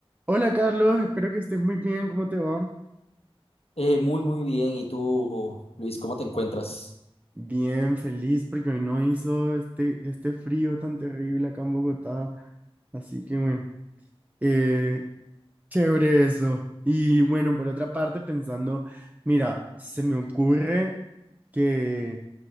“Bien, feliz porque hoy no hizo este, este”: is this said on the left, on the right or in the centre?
Right